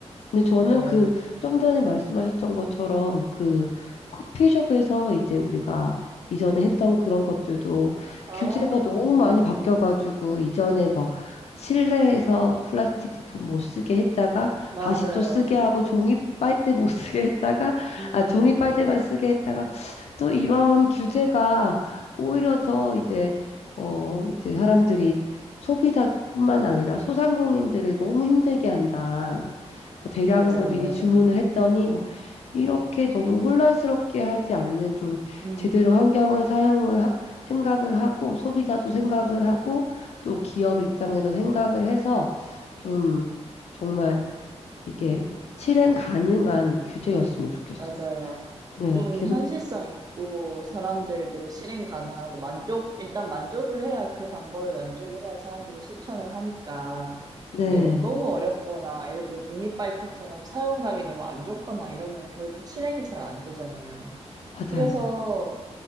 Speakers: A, on the left; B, on the right.
A: 근데 저는
B: 네.
A: 그 좀 전에 말씀하셨던 것처럼 그 커피숍에서 이제 우리가 이전에 했던 그런 것들도
B: 아,
A: 규제가 너무
B: 네.
A: 많이 바뀌어가지고 이전에 막 실내에서 플라스틱 제품 못 쓰게 했다가
B: 맞아요.
A: 다시 또 쓰게 하고 종이 빨대 못 <laughs> 쓰게 했다가
B: 음,
A: 아 종이 빨대만 쓰게 했다가 또 이런 규제가 오히려 더 이제 어 이제 사람들이 소비자뿐만 아니라 소상공인들을 너무 힘들게 한다. 뭐 대량으로
B: 맞아요,
A: 미리
B: 맞아요.
A: 주문을 했더니 뭐 이렇게 너무 혼란스럽게 하지 않는 좀
B: 음.
A: 제대로 환경을 사용을 하- 생각을 하고 소비자도 생각을 하고 또 기업 입장에서 생각을 해서 좀 정말 이게 실행 가능한 규제였으면 좋겠어요.
B: 맞아요.
A: 네,
B: 좀
A: 계속
B: 현실성 있고 사람들도 실행 가능하고 만족, 일단 만족을 해야 그 방법에 만족을 해야 사람들이 실천을 하니까
A: 네,
B: 그게 막 너무 어렵거나 예를 들어 종이 빨대처럼 사용감이 너무 안 좋거나 이러면 결국 실행이 잘 안 되잖아요.
A: 맞아요.
B: 그래서